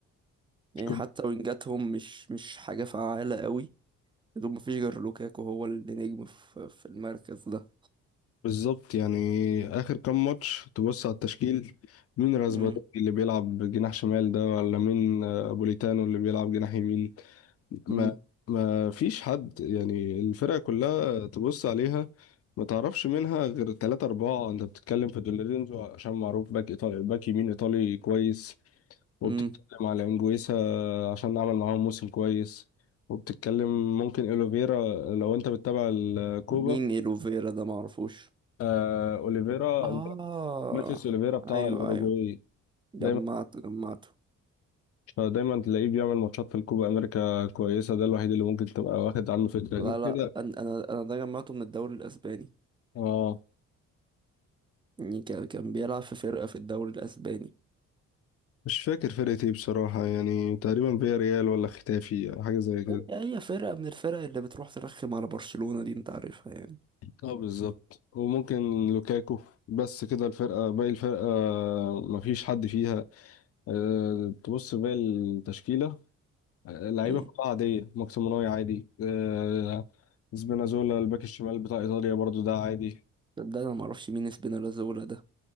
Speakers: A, on the right (about 15°); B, on the left (about 50°).
A: يعني
B: كنت-
A: حتى وينجاتهم مش مش حاجة فعالة قوي بدون ما فيش غير لوكاكو هو اللي نجم في, في المركز ده
B: بالظبط يعني اخر كام ماتش تبص على التشكيل مين راسباتوري
A: امم
B: اللي بيلعب جناح شمال ده ولا مين آه، ابوليتانو اللي بيلعب جناح يمين ما
A: امم
B: ما فيش حد يعني الفرقة كلها تبص عليها ما تعرفش منها غير ثلاثة أربعة أنت بتتكلم في دولورينزو عشان معروف باك إيطالي باك يمين إيطالي كويس وبتتكلم
A: امم
B: على إنجويسا عشان عمل معاهم موسم كويس وبتتكلم ممكن أوليفيرا لو أنت بتتابع الكوبا
A: مين ايلوفيرا ده معرفوش
B: آه أوليفيرا
A: اه
B: أنت ماتيس أوليفيرا بتاع
A: ايوه
B: الأوروجواي
A: ايوه جمعته
B: دايما
A: جمعته
B: دايما تلاقيه بيعمل ماتشات في الكوبا أمريكا كويسة ده الوحيد اللي ممكن تبقى واخد عنه فكرة
A: لا
B: غير
A: لا
B: كده
A: انا انا أنا ده جمعته من الدوري الاسباني
B: اه
A: يعني كان كان بيلعب في فرقه في الدوري الاسباني
B: مش فاكر فرقة ايه بصراحة يعني تقريبا فيا ريال ولا ختافي حاجة زي كده
A: هي هي فرقه من الفرق اللي بتروح ترخم على برشلونه دي انت عارفها يعني
B: اه بالظبط وممكن لوكاكو بس كده الفرقة باقي الفرقة مفيش حد فيها أه تبص باقي التشكيلة آه، لعيبة
A: امم
B: كلها عادية ماكسيموناي عادي أه سبينازولا الباك الشمال بتاع إيطاليا برضو ده عادي
A: ده انا ما اعرفش مين اسبينالازولا ده